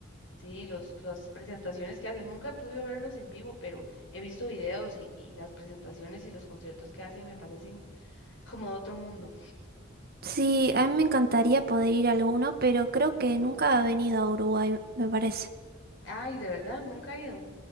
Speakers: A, on the left; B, on the right.
A: Sí, los, las presentaciones que hacen, nunca he podido verlos en vivo, pero he visto videos y, y las presentaciones y los conciertos que hacen me parecen como de otro mundo.
B: Sí, a mí me encantaría poder ir a alguno, pero creo que nunca ha venido a Uruguay, me parece.
A: Ay, de verdad, nunca he ido.